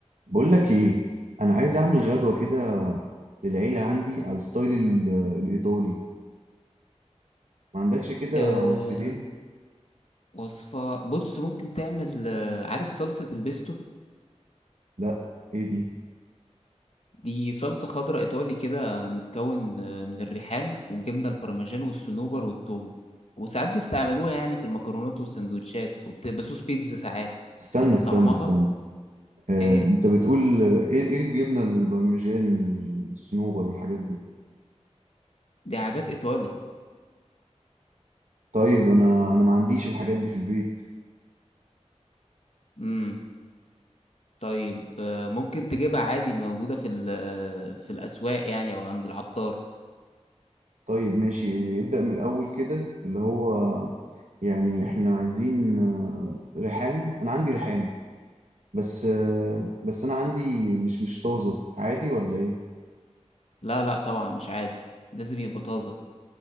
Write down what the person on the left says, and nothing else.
آه
وصفة بص ممكن تعمل آه عارف صلصة البيستو
دي صلصة خضراء إيطالي كده متكون آه من الريحان والجبنة البارميجان والصنوبر والثوم وساعات بيستعملوها يعني في المكرونات والسندوتشات وبتبقى صوص بيتزا ساعات
بس
طعمها
إيه
دي حاجات إيطالي
مم. طيب آه ممكن تجيبها عادي موجودة في ال- آه، في الأسواق يعني أو عند العطار
لا لا طبعا مش عادي لازم يبقى طازة